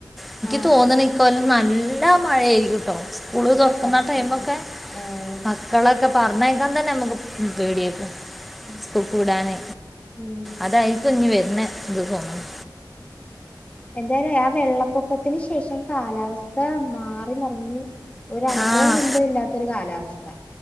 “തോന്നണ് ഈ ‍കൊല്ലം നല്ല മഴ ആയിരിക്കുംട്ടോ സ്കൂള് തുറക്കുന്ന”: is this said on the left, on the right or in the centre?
Centre